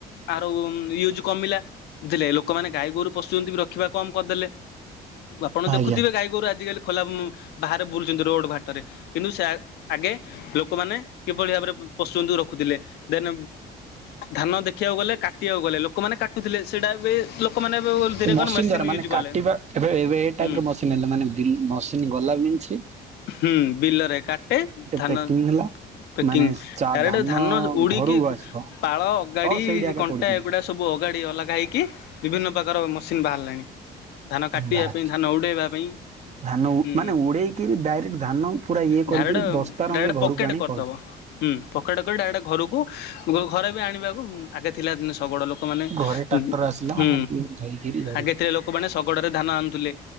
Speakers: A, on the left; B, on the right.
A: ଆର ୟୁଜ୍ କମିଲା ବୁଝିଲେ ଲୋକମାନେ ଗାଈ ଗୋରୁ ପୋଶୁଚନ୍ତି ରଖିବା କମ୍ କରିଦେଲେ। ଆପଣ
B: ଆଜ୍ଞା
A: ଦେଖୁଥିବେ, ଗାଈଗୋରୁ ଆଜିିକାଲି ଖୋଲା ବାହାରେ ବୁଲୁଛନ୍ତି, ରୋଡ଼ ବାଟରେ। କିନ୍ତୁ ସେ ଆ ଆଗେ ଲୋକମାନେ କିଭଳି ଭାବରେ ପଶୁଜନ୍ତୁ ରଖୁଥିଲେ ଦେନ ଧାନ ଦେଖିବାକୁ ଗଲେ କାଟିବାକୁ ଗଲେ ଲୋକମାନେ କାଟୁଥିଲେ ସେଇଟା ଏବେ ଲୋକମାନେ ଏବେ
B: ସେ
A: ଧୀରେ
B: ମସିନ୍
A: କଣ ମେସିନ୍
B: ଦ୍ଵାରା ମାନେ
A: ୟୁଜ୍
B: କାଟିବା
A: କଲେ
B: ଏବେ ଏବେ ଏ
A: ହୁଁ।
B: ଟାଇପ୍ ର ମସିନ୍ ହେଲେ ମାନେ ବି ମସ୍ ସେ ଗଲା ବିନ୍ଛିି
A: ହୁଁ, ବିଲରେ କାଟେ ଧାନ
B: ପ୍ୟାକିଂ ହେଲା
A: ପ୍ୟାକିଂ
B: ମାନେ ଚା
A: ଡ଼ାରେକ୍ଟ ଧାନ ଉଡିକି
B: ଘରକୁ ଆସିବ
A: ପାଳ ଅଗାଡି
B: ସେଇଠି ଆଗା
A: କଣ୍ଟା
B: ପଡିଯିବ
A: ଏଗୁଡା ସ ସବୁ ଅଗାଡ଼ି ଅଲଗା ହେଇକି ବିଭିନ୍ନ ପ୍ରକାର ମେସିନ୍ ବାହାରିଲାଣି। ଧାନ କାଟିବା
B: ବାହାରିଛି
A: ପାଇଁ ଧାନ ଉଡେଇବା ପାଇଁ।
B: ଧାନ
A: ହୁଁ
B: ମାନେ ଉଡେଇକିରି ଡାଇରେକ୍ଟ ଧାନ ପୁରା ଇଏ କରିକି
A: ଡାଇରେକ୍ଟ
B: ବସ୍ତା
A: ଡାଇରେକ୍ଟ
B: ରଙ୍ଗେ ଘରକୁ
A: ପକେଟ
B: ଆଣି
A: କରିଦବ
B: ପହଞ୍ଚି
A: ହୁଁ ପକେଟ୍ କରିକି ଡାଇରେକ୍ଟ ଘରକୁ ଘରେବି ଆଣିବାକୁ ଆଗେ ଥିଲା ଶଗଡ଼ ଲୋକ ଲୋକମାନେ
B: ଘରେ
A: ହୁଁ
B: ଟ୍ରାକ୍ଟର ଆସିଲା ମାନେ ଧୋଇକିରି ଧରି
A: ଆଗେ ଥିଲେ ଲୋକମାନେ ଶଗଡ଼ରେ ଧାନ ଆଣୁଥିଲେ।